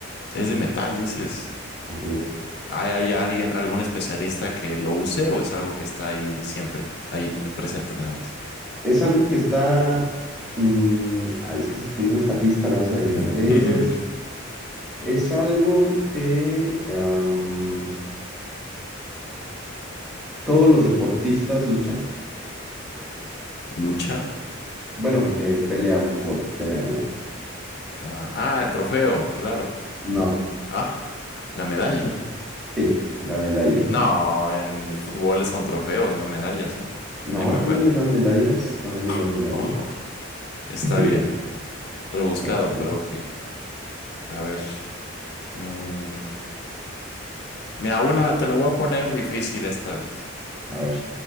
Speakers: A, on the left (about 55°); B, in the centre.
A: es de metal, dices.
B: así es.
A: ¿Hay, hay alguien, algún especialista que lo use o es algo que está ahí siempre, ahí presente nada más?
B: Es algo que está... mm, ah, es que si te digo esta pista lo vas a adivinar.
A: <laughs>
B: Es, es algo que am, todos los deportistas luchan.
A: ¿Lucha?
B: Bueno, eh, pelean por tenerlo.
A: Ah, ah, el trofeo, claro.
B: No,
A: Ah, la medalla.
B: sí, la medalla.
A: No,
B: <laughs>
A: en el fútbol son trofeos, no medallas, ¿eh?
B: No,
A: Ahí me
B: también
A: falla.
B: les dan medallas, también les dan
A: <laughs>
B: medallas.
A: Ojo,
B: <laughs>
A: está bien. Rebuscado,
B: Ok,
A: pero ok. A ver. Mm, mira, una, te la voy a poner difícil esta vez.
B: a ver.